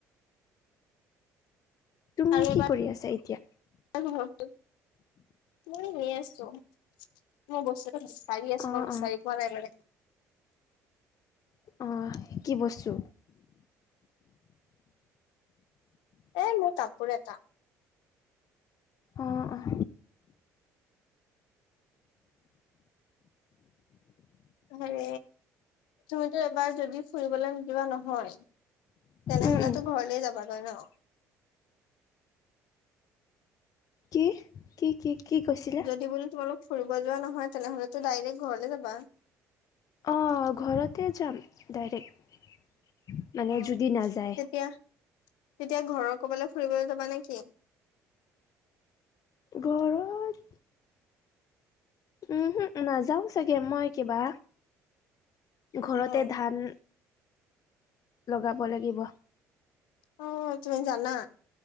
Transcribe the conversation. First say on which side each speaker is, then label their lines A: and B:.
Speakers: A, on the left; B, on the left.
A: তুমি
B: আৰু এবাৰ
A: কি কৰি আছা এতিয়া?
B: <unintelligible> মই এনেই আছো, মই বস্তু এটা বিচাৰি আছো
A: অ
B: মই বিচাৰি
A: অ
B: পোৱা নাই মানে।
A: অহ কি বস্তু?
B: এ মোৰ কাপোৰ এটা।
A: অ অহ।
B: হে তুমিতো এবাৰ যদি ফুৰিবলে যোৱা নহয়। তেনেহলেটো
A: উম উম
B: ঘৰলে যাবাগৈ ন?
A: কি? কি কি কি কৈছি
B: যদি বোলো তোমালোক ফুৰিব যোৱা নহয় তেনেহলেতো ডাইৰেক্ট ঘৰলে যাবা।
A: অঁ ঘৰতে যাম ডাইৰেক্ট মানে
B: উম
A: যদি নাযায়।
B: তেতিয়া তেতিয়া ঘৰৰ ক'বালে ফুৰিবলৈ যাবা নেকি?
A: ঘৰত উমহোঁ নাযাওঁ চাগে মই কিবা ঘৰতে
B: উম
A: ধান লগাব লাগিব।
B: অ তুমি জানা?